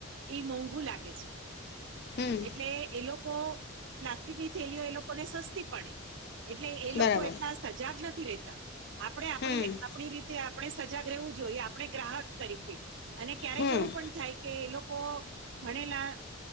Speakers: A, on the right (about 60°); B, on the left (about 50°).
A: એ મોંઘુ લાગે છે.
B: હમ
A: એટલે એ લોકો પ્લાસ્ટિકની થેલીઓ એ લોકોને સસ્તી પડે. એટલે એ લોકો
B: બરાબર
A: એટલા સજાગ નથી. રહેતા. આપણે આપણી
B: હમ
A: આપડી રીતે આપણે સજાગ રહેવું જોઈએ, આપણે ગ્રાહક તરીકે અને ક્યારેક
B: હમ
A: એવું પણ થાય કે એ લોકો ભણેલા